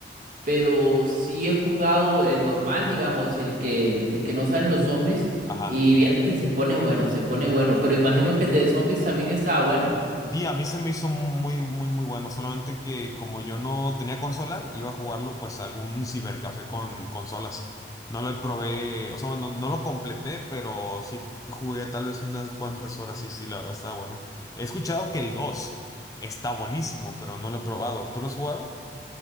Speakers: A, on the right; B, on the left.
A: pero sí he jugado el normal, digamos, el que, el que no salen los zombies.
B: Ajá.
A: Y vieras que se pone bueno, se pone bueno. Pero imagino que el de zombies también estaba bueno.
B: Sí, a mí se me hizo muy, muy, muy bueno. Solamente que como yo no tenía consola, iba a jugarlo pues a algún cibercafé con consolas. No lo probé, o sea, bueno, no lo completé, pero sí jugué tal vez unas cuantas horas y sí, la verdad está bueno. He escuchado que el 2 está buenísimo, pero no lo he probado. ¿Tú lo has jugado?